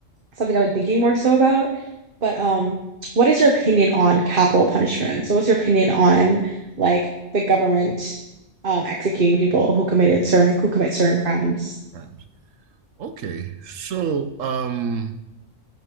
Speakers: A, on the right; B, on the right.
A: it's something I've been thinking more so about. But um, what is your opinion on capital punishment? So, what's your opinion on like the government um executing people who committed certain who commit certain crimes?
B: Rhymes. Okay. So, um,